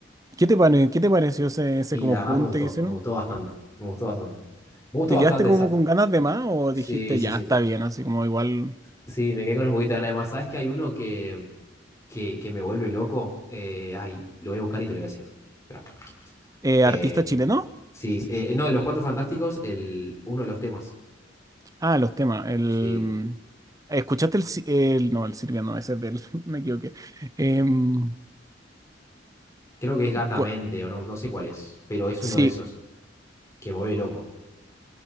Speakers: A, on the right; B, on the left.
A: ¿Qué te pare- qué te pareció ese, ese
B: Y
A: como
B: la
A: junte
B: verdad me gustó,
A: que hicieron?
B: me gustó bastante, me gustó bastante. Me gustó
A: ¿Te
B: bastante
A: quedaste como
B: esa.
A: con ganas de más o
B: Sí,
A: dijiste
B: sí,
A: ya
B: sí.
A: está bien, así como igual
B: Sí, me quedé con un poquito de ganas de más. ¿Sabes que hay uno que, que, que me vuelve loco? Eh, ay, lo voy a buscar y te lo voy a decir. Esperá.
A: eh,
B: Eh,
A: artista chileno?
B: sí, eh, no, de los Cuatro Fantásticos, el, uno de los temas.
A: Ah, los temas. El...
B: Sí,
A: ¿Escuchaste el, si- el- No, el Silvia no, ese es del... <laughs> Me equivoqué. Em,
B: creo que es Gatamente
A: cua-
B: o no, no sé cuál es, pero es
A: sí,
B: uno de esos que me vuelve loco.